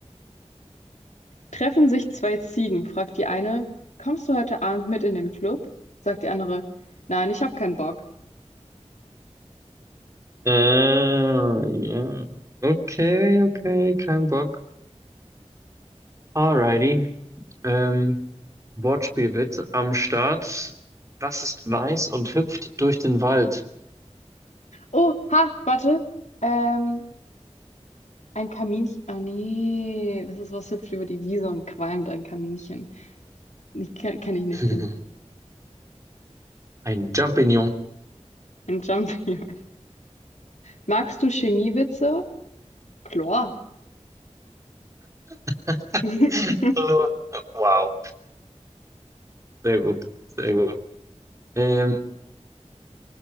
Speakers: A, on the left (about 80°); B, on the right (about 25°).
A: Treffen sich zwei Ziegen, fragt die eine, kommst du heute Abend mit in den Club? Sagt die andere, nein, ich hab keinen Bock.
B: Äh, ja. Okay, okay, kein Bock. Alrighty. Ähm, Wortspielwitz am Start. Was ist weiß und hüpft durch den Wald?
A: Oh, ha, warte. Ähm, ein Kaminchen. Ah, nee, das ist was hüpft über die Wiese und qualmt ein Kaminchen. Ich kenne kenn kenn ich nicht
B: <laughs>
A: den.
B: Ein Jumping
A: Ein Jumpy. <laughs> Magst du Chemiewitze? Chlor.
B: <laughs>
A: <laughs>
B: Nur- Wow, sehr gut, sehr gut. Ähm,